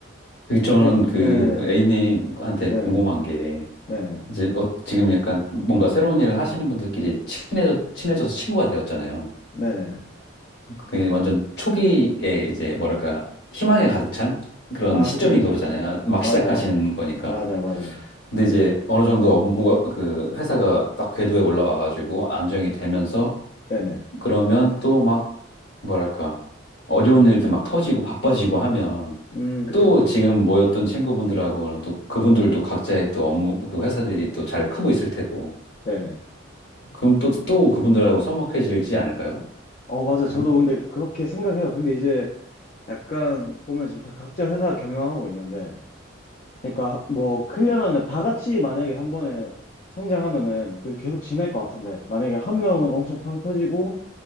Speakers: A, on the left; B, on the left.
A: 그 저는
B: 그럼
A: 그
B: 예,
A: A님한테
B: 네네
A: 궁금한 게
B: 네네
A: 이제 어, 지금 약간 뭔가 새로운 일을 하시는 분들끼리 친해져, 친해져서 친구가 되었잖아요.
B: 네네
A: 그게 완전 초기에 이제 뭐랄까 희망에 가득 찬 그런
B: 아,
A: 시점인
B: 그쵸, 그쵸,
A: 거잖아요.
B: 그쵸.
A: 막
B: 맞아요,
A: 시작하시는
B: 맞아요.
A: 거니까.
B: 맞아요, 맞아요.
A: 근데 이제 어느 정도 업무가 그 회사가 딱 궤도에 올라와가지고 안정이 되면서
B: 네네.
A: 그러면 또 막 뭐랄까 어려운 일들 막 터지고 바빠지고 하면
B: 음, 그쵸,
A: 또
B: 그쵸.
A: 지금 모였던 친구분들하고는 또 그분들도 각자의 또 업무 그 회사들이 또 잘 크고 있을 테고
B: 네네.
A: 그럼 또, 또 그분들하고 서먹해지지 않을까요?
B: 어, 맞아.
A: 약간?
B: 저도 근데 그렇게 생각해요. 근데 이제 약간 보면 지금 다 각자 회사 경영하고 있는데, 그러니까 뭐 크려면은 다 같이 만약에 한 번에 성장하면은 그래도 계속 지낼 것 같은데, 만약에 한 명은 엄청 팡 터지고,